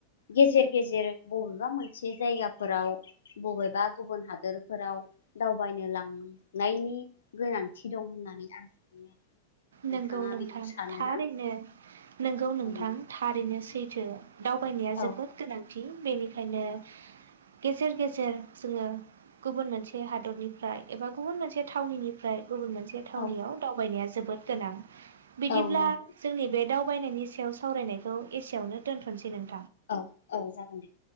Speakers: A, on the left; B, on the right.
A: गेजेर गेजेर बबेबा मोनसे जायगाफोराव बबेबा गुबुन हादोरफोराव दावबायनो लां नायनि गोनांथि दं होननानै आं सानो।
B: नंगौ
A: नोंथाङा
B: नोंथां
A: बेखौ सानोना
B: थारैनो नगौ नोंथां
A: औ
B: थारैनो सैथ थो दावबायनाया
A: औ
B: जोबोद गोनांथि। बेनिखायनो गेजेर गेजेर जोङो गुबुन मोनसे हादरनिफ्राय एबा गुबुन मोनसे थावनिफ्राय गुबुन मोनसे थावनियाव
A: औ
B: दावबायनाया जा जोबोद गोनां। बिदिब्ला
A: औ नंगौ
B: जोंनि बे दाउ थाबायनायनि सायाव सावरायनायखौ एसेयावनो दोनथ'नोसै नों
A: औ औ जागोन दे